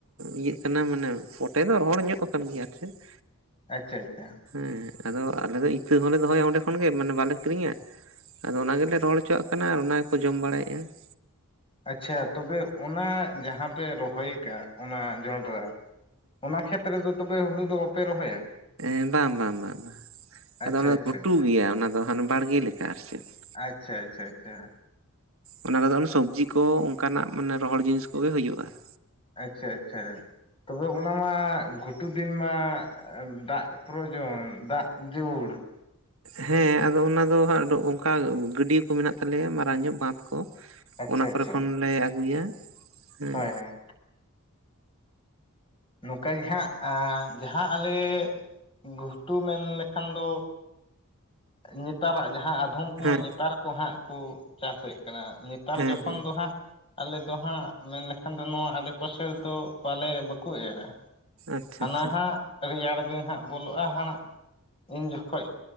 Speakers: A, on the right; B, on the left.
A: ᱤᱭᱟᱹᱜ ᱠᱟᱱᱟ ᱢᱟᱱᱮ ᱯᱷᱚᱴᱮ ᱫᱚ ᱨᱚᱦᱚᱲᱧᱚᱜ ᱠᱟᱱ ᱜᱮᱭᱟ ᱥᱮ ᱾
B: ᱟᱪᱪᱷᱟ, ᱟᱪᱪᱷᱟ।
A: ᱦᱮᱸ ᱟᱫᱚ ᱟᱞᱮ ᱫᱚ ᱤᱛᱟᱹ ᱦᱚᱸᱞᱮ ᱫᱚᱦᱚᱭᱟ ᱚᱸᱰᱮ ᱠᱷᱚᱱᱜᱮ ᱢᱟᱱᱮ ᱵᱟᱞᱮ ᱠᱤᱨᱤᱧᱟ ᱟᱫᱚ ᱚᱱᱟ ᱜᱮᱞᱮ ᱨᱚᱲ ᱦᱚᱪᱚᱣᱟᱜ ᱠᱟᱱᱟ ᱟᱨ ᱚᱱᱟ ᱜᱮᱠᱚ ᱡᱚᱢ ᱵᱟᱲᱟᱭᱮᱫᱼᱟ ᱾
B: ᱟᱪᱪᱷᱟ ᱛᱚᱵᱮ ᱚᱱᱟ ᱡᱟᱦᱟᱸ ᱯᱮ ᱨᱚᱦᱚᱭ ᱠᱟᱜᱼᱟ ᱚᱱᱟ ᱡᱚᱱᱰᱨᱟ ᱚᱱᱟ ᱠᱷᱮᱛ ᱨᱮᱫᱚ ᱛᱚᱵᱮ ᱦᱩᱲᱩ ᱫᱚ ᱵᱟᱯᱮ ᱨᱚᱦᱚᱭᱟ?
A: ᱮᱸ ᱵᱟᱝ ᱵᱟᱝ ᱵᱟᱝ ᱵᱟᱝ ᱾
B: ᱟᱪᱪᱷᱟ
A: ᱟᱫᱚ ᱚᱱᱟ ᱫᱚ
B: ᱟᱪᱪᱷᱟ
A: ᱜᱷᱩᱴᱩ
B: ᱟᱪᱪᱷᱟ
A: ᱜᱮᱭᱟ ᱚᱱᱟ ᱫᱚ ᱦᱟᱱᱮ ᱵᱟᱲᱜᱮ ᱞᱮᱠᱟ ᱟᱨ ᱪᱮᱫ ᱾
B: ᱟᱪᱪᱷᱟ ᱟᱪᱪᱷᱟ ᱟᱪᱪᱷᱟ ᱾
A: ᱚᱱᱟ ᱨᱮᱫᱚ ᱚᱱᱮ ᱥᱚᱵᱡᱤ ᱠᱚ ᱚᱱᱠᱟᱱᱟᱜ ᱢᱟᱱᱮ ᱨᱚᱦᱚᱲ ᱡᱤᱱᱤᱥ ᱠᱚᱜᱮ ᱦᱩᱭᱩᱜᱼᱟ ᱾
B: ᱟᱪᱪᱷᱟ ᱟᱪᱪᱷᱟ ᱛᱚᱵᱮ ᱚᱱᱟ ᱚᱱᱟ ᱢᱟ ᱜᱷᱩᱴᱩ ᱫᱤᱱ ᱢᱟ ᱫᱟᱜ ᱯᱩᱨᱟᱹᱭ ᱡᱚᱢ ᱫᱟᱜ ᱡᱩᱲ ᱾
A: ᱦᱮᱸ ᱟᱫᱚ ᱚᱱᱟ ᱫᱚ ᱦᱟᱸᱜ ᱚᱱᱠᱟ ᱜᱟᱹᱰᱭᱟᱹ ᱠᱚ ᱢᱮᱱᱟᱜ ᱛᱟᱞᱮᱭᱟ ᱢᱟᱨᱟᱝ ᱧᱚᱜ ᱵᱟᱸᱫᱷ ᱠᱚ
B: ᱟᱪᱪᱷᱟ
A: ᱚᱱᱟ ᱠᱚᱨᱮ
B: ᱟᱪᱪᱷᱟ
A: ᱠᱷᱚᱱ ᱞᱮ ᱟᱹᱜᱩᱭᱟ ᱦᱮᱸ
B: ᱦᱳᱭ
A: ᱾
B: ᱦᱳᱭ ᱱᱚᱝᱠᱟ ᱜᱮ ᱦᱟᱸᱜ ᱡᱟᱦᱟᱸ ᱟᱞᱮ ᱜᱷᱥᱴᱩ ᱢᱮᱱ ᱞᱮᱠᱷᱟᱱ ᱫᱚ ᱱᱮᱛᱟᱨᱟᱜ ᱡᱟᱦᱟᱸ <unintelligible> ᱠᱚᱢᱟ
A: ᱦᱮᱸ
B: ᱱᱮᱛᱟᱨ ᱠᱚ ᱦᱟᱸᱜ ᱠᱚ ᱪᱟᱥᱮᱫ ᱠᱟᱱᱟ ᱱᱮᱛᱟᱨ
A: ᱦᱮᱸ
B: ᱡᱚᱠᱷᱚᱱ
A: ᱦᱮᱸ
B: ᱫᱚ ᱦᱟᱸᱜ ᱟᱞᱮ ᱫᱚ ᱦᱟᱸᱜ ᱢᱮᱱ ᱞᱮᱠᱷᱟᱱ ᱫᱚ ᱱᱚᱣᱟ ᱟᱰᱮ ᱯᱟᱥᱮ ᱨᱮᱫᱚ ᱵᱟᱞᱮ ᱵᱟᱠᱚ ᱮᱨᱟ,
A: ᱟᱪᱪᱷᱟ
B: ᱦᱟᱱᱟ
A: ᱟᱪᱪᱷᱟ
B: ᱦᱟᱸᱜ ᱨᱮᱭᱟᱲ ᱫᱤᱱ ᱦᱟᱸᱜ ᱵᱚᱞᱚᱜᱼᱟ ᱦᱟᱱᱟ ᱩᱱ ᱡᱚᱠᱷᱚᱡ